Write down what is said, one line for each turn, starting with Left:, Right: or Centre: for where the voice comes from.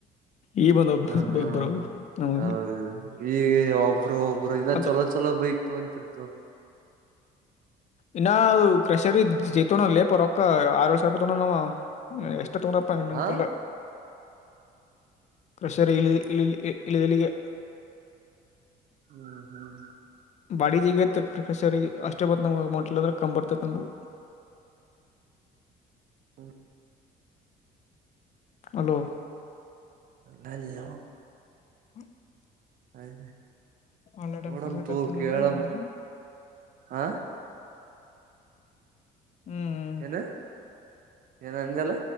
Left: ಈ ಬಂದು ಒಬ್ಬ
Right: ಹಾ
Left: <unintelligible>
Right: ಹಾ
Left: ಬರೋವು
Right: ಹ
Left: ನಮಗೆ
Right: ಹೌದು ಈ ಒಬ್ರು ಒಬ್ಬರು ಇಲದ
Left: ಅದು
Right: ಚೊಲೋ ಚಲ ಬೈಕ್ತು ತೊಗರ್ತಿತೊಗ
Left: ಇನ್ನ ಅದು ಕ್ರಷರ ಜತನ ಲಪ ರೊಕ್ಕ ಆರು ವಷ ಸರ್ಪತೊಂಡ ನವ ಹ್ಮ ಎಷ್ಟ ತಗೊಂಡಪ್ಪಾ ನೆನನ್ನ್ಪಿಲ್ಲ
Right: ಹಾ
Left: ಕೃಷರಿ
Right: ಹ್ಮ್
Left: ಇ ಇಳಿದಲಿಗೆ
Right: ಹ್ಮ್ ಹ್ಮ್
Left: ಬಾಡಿ ಜಿಗ ಕ ಅಷ್ಟೇ ಬತ್ತು ನಮ ಅಗಮಂಟ್ಲ ಅ್ರೆ ಕಂಬರ್ತತ್ ನಮ್ಗೆ
Right: ಹ್ಮ
Left: ಹಲೋ
Right: ಹಲ್ಲೋ
Left: <unintelligible>
Right: <unintelligible>
Left: ಆನ್ಲೈನ್
Right: ನೋಡಂತು
Left: ಕರ್ಸಕತ್ತೀನಿ
Right: ಕೇಳ
Left: ಅಂದ್ರ
Right: ಹಾ
Left: ಹ್ಮ <unintelligible>
Right: ಏನು ಏನ ಅಂದಿಲ್ಲ